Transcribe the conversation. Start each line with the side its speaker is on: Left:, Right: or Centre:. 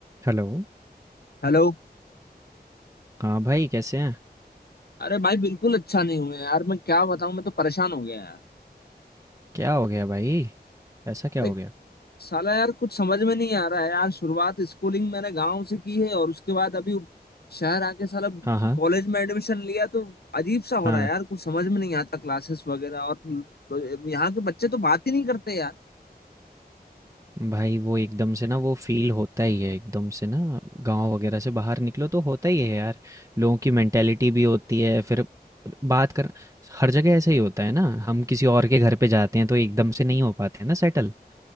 Right: Hello
Left: Hello
Right: हाँ भाई कैसे हैं
Left: अरे भाई बिल्कुल अच्छा नहीं हुए यार मैं क्या बताऊं मैं तो परेशान हो गया यार
Right: क्या हो गया भाई ऐसा क्या
Left: लाइक
Right: हो गया
Left: साला यार कुछ समझ में नहीं आ रहा है यार शुरुआत स्कूलिंग मैंने गांव से की है और उसके बाद अभी शहर आके साला
Right: हाँ हाँ
Left: कॉलेज में एडमिशन लिया तो अजीब सा
Right: हाँ
Left: हो रहा है यार कुछ समझ में नहीं आता क्लासेस वगैरह और तो यहाँ के बच्चे तो बात ही नहीं करते यार
Right: भाई वो एकदम से ना वो फील होता ही है एकदम से ना गांव वगैरह से बाहर निकलो तो होता ही है यार लोगों की मेंटेलिटी भी होती है फिर बात कर हर जगह ऐसा ही होता है ना हम किसी और के घर पे जाते हैं तो एकदम से नहीं हो पाते हैं ना सेटल